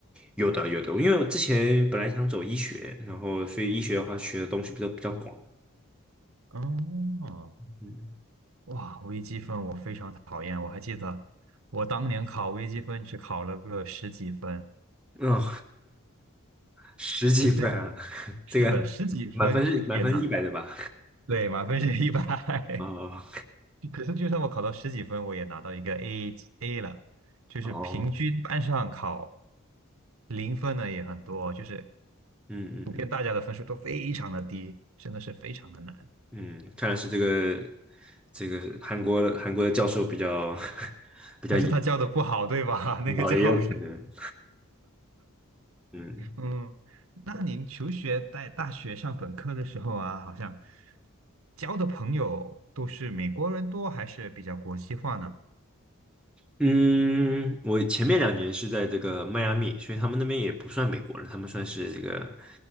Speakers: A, in the centre; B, on the right.
A: 有的有的，因为我之前本来想走医学，然后所以医学的话学的东西比较比较广。
B: 哦，
A: 嗯，
B: 哇，微积分我非常讨厌，我还记得我当年考微积分只考了个十几分，
A: 哦，<laughs> 十几分啊，
B: 可是
A: <laughs>
B: 是的，
A: 这个满分是满分是一百的吧？
B: 十几分可以也拿，对，满分是一百。
A: 哦
B: <laughs> 可是就算我考到十几分，我也拿到一个 A A 了，就是平均班上考
A: 哦，
B: 零分的也很多，就是
A: 嗯嗯
B: 普遍大家的分数都非常的低，真的是非常的难。
A: 嗯嗯，看来是这个这个韩国韩国的教授比较 <laughs> 比较严。
B: 还是他教的不好，对吧？<laughs> 那个教授
A: 哦，也有可能，嗯
B: 嗯，那您求学在大学上本科的时候啊，好像交的朋友都是美国人多，还是比较国际化呢？
A: 嗯，我前面两年是在这个迈阿密，所以他们那边也不算美国人，他们算是这个